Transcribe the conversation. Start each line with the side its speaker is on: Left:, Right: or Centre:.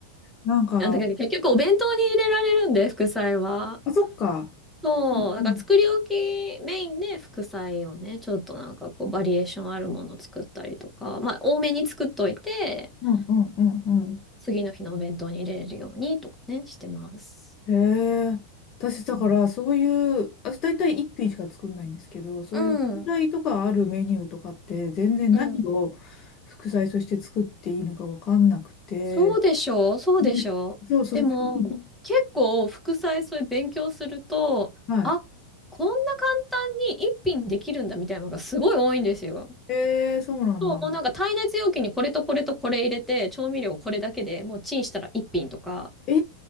Left: なんか、
Centre: あんだけど結局お弁当に入れられるんで、副菜は。
Left: あ、そっか。
Centre: そう、
Left: うんうん。
Centre: だから作り置きメインで副菜をね、ちょっとなんかこうバリエーションあるものを作ったりとか、まあ多めに作っといて、
Left: うんうんうんうん。
Centre: あの次の日のお弁当に入れれるようにとかね、してます。
Left: へえ。私、だから、
Centre: うん
Left: そういう、私、大体一品しか作んないんですけど、そういう副菜とかあるメニューとかって、
Centre: うん、
Left: 全然何を副菜として作っていいのかわかんなくて。
Centre: うん。そうでしょう、そうでしょう。
Left: ね、そうそう。
Centre: でも、
Left: <laughs>
Centre: 結構副菜そういう勉強すると、
Left: はい。
Centre: あ、こんな簡単に一品できるんだみたいなのがすごい多いんですよ。
Left: ええ、そうなんだ。
Centre: そう、もうなんか耐熱容器にこれとこれとこれ入れて、調味料これだけでもうチンしたら一品とか。
Left: え